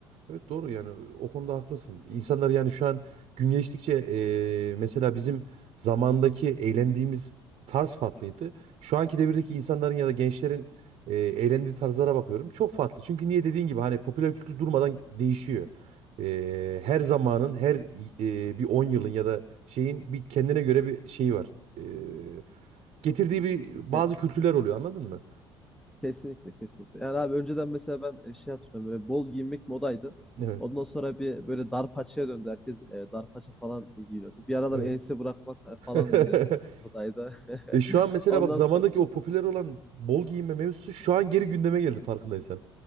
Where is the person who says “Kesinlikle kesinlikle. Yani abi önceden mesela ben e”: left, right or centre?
Centre